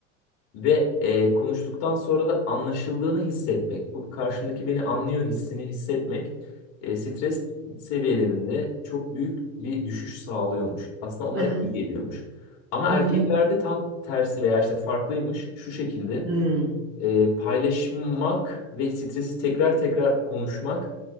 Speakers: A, on the left; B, on the right.
A: ve e, konuştuktan sonra da anlaşıldığını hissetmek, bu karşımdaki beni anlıyor hissini hissetmek e, stres seviyelerinde çok büyük bir düşüş sağlıyormuş. Aslında onlara
B: Evet.
A: iyi geliyormuş. Ama
B: <laughs>
A: erkeklerde tam tersi veya işte farklıymış şu şekilde
B: Hmm.
A: e, paylaşmak ve stresi tekrar tekrar konuşmak